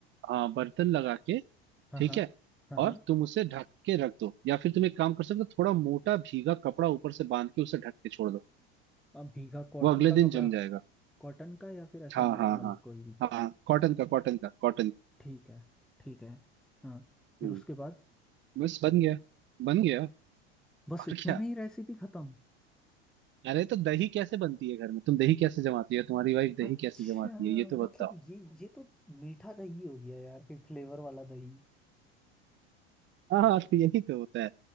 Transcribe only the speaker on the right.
हाँ बर्तन लगा के
ठीक
है
और तुम उसे ढक के रख दो या फिर तुम एक काम कर सकते हो थोड़ा मोटा भीगा कपड़ा ऊपर से बांध के उसे ढक के छोड़ दो
वो अगले
दिन
जम जाएगा
हाँ
हाँ हाँ
हाँ हाँ, कॉटन का कॉटन का कॉटन
हम्म,
बस बन गया बन गया
और
क्या
अरे तो दही कैसे बनती है घर में तुम दही कैसे जमाती हो तुम्हारी वाइफ दही
कैसे जमाती है ये तो
बताओ
हाँ हाँ तो यही तो होता है